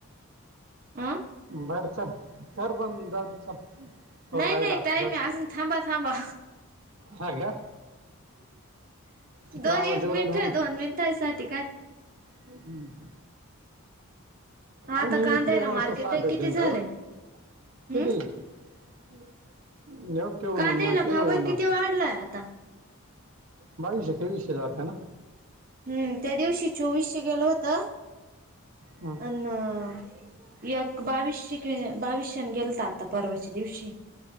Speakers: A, on the right (about 40°); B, on the right (about 65°).
A: आ?
B: बर चल कर बंद जाऊ दे चल. थोडं
A: नाही
B: राहिला
A: नाही
B: आता
A: टाईम
B: चल
A: आहे अजून थांबा थांबा.
B: हा का तिकडे
A: दोन
B: आवाज
A: एक
B: देऊ
A: मिनिटं,
B: राहील म्हणून
A: दोन मिनटा साठी काय.
B: हम्म हम्म.
A: आता
B: आम्ही
A: कांद्याला
B: इथले असं
A: मार्केट किती झालंय
B: <unintelligible>
A: हम्म
B: किती? <unintelligible>
A: कांद्याला भाव किती वाढलाय आता
B: बावीशे तेवीसशे जाते ना.
A: हम्म त्यादिवशी चोवीसशे गेलं होत.
B: हम्म.
A: न एक बावीसशे की बावीसशेन गेलत आता परवाच्या दिवशी.